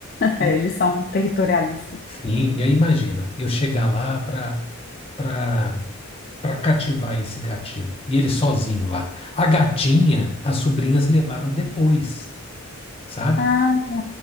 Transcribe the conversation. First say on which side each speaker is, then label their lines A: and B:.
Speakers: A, on the left; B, on the left.
A: E-
B: É, eles são territorialistas.
A: sim, e aí imagina, eu chegar lá pra, pra, pra cativar esse gatinho. E ele sozinho lá. A gatinha, as sobrinhas levaram depois, sabe?
B: Ah,